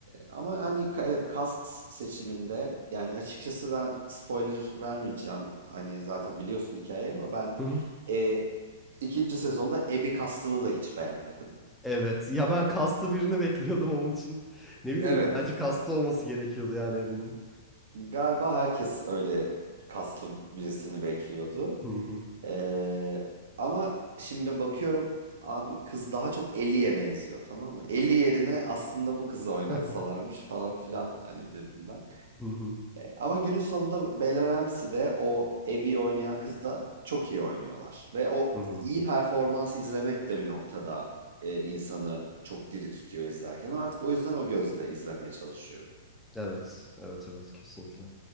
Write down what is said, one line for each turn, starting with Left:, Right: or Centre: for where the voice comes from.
Right: ama hani ka- evet cast seçiminde yani açıkçası ben spoiler vermeyeceğim. Hani zaten biliyorsun hikayeyi ama ben
Centre: Hı hı.
Right: e, ikinci sezonda Abby castını da hiç beğenmedim.
Centre: Evet. Ya ben kaslı birini bekliyordum onun için. Ne bileyim
Right: Evet.
Centre: bence kaslı olması gerekiyordu yani evinin.
Right: Galiba herkes öyle kaslı birisini bekliyordu.
Centre: Hı hı.
Right: Ee, ama şimdi bakıyorum abi kız daha çok Ellie'ye benziyor tamam mı? Ellie yerine aslında bu kızı oynatsalarmış
Centre: <laughs>
Right: falan filan hani dedim ben.
Centre: Hı hı.
Right: Ama günün sonunda Bella Ramsey de o Abby'yi oynayan kız da çok iyi oynuyorlar. Ve o
Centre: Hı hı.
Right: iyi performansı izlemek de bir noktada e, insanı çok diri tutuyor izlerken. Artık o yüzden o gözle izlemeye çalışıyorum.
Centre: Evet, evet, evet kesinlikle.